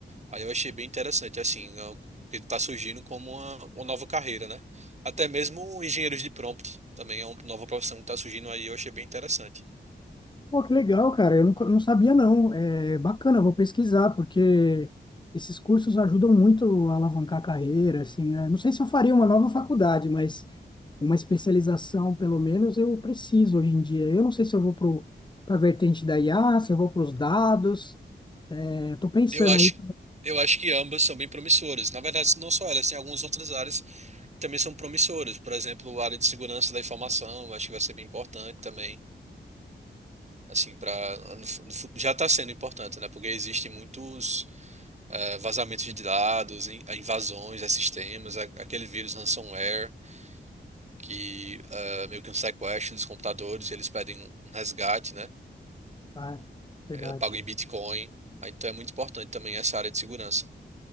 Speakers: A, on the right; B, on the left.
A: Aí eu achei bem interessante, assim, é, o que está surgindo como uma, uma nova carreira, né? Até mesmo engenheiros de prompt também é uma nova profissão que está surgindo aí, eu achei bem interessante.
B: Pô, que legal, cara. Eu não, não sabia, não. É bacana, eu vou pesquisar, porque esses cursos ajudam muito a alavancar a carreira, assim, né? Não sei se eu faria uma nova faculdade, mas uma especialização, pelo menos, eu preciso hoje em dia. Eu não sei se eu vou pro, para a vertente da IA, se eu vou para os dados. É, eu tô pensando
A: Eu acho,
B: aí.
A: eu acho que ambas são bem promissoras. Na verdade, não só elas, tem algumas outras áreas que também são promissoras. Por exemplo, a área de segurança da informação, eu acho que vai ser bem importante também. Assim, para já está sendo importante, né? Porque existem muitos eh, vazamentos de dados, in- eh, invasões a sistemas, a- aquele vírus ransomware que eh, meio que um sequestro dos computadores, eles pedem um resgate, né?
B: Ah, verdade.
A: é pago em Bitcoin. Ah, Então é muito importante também essa área de segurança.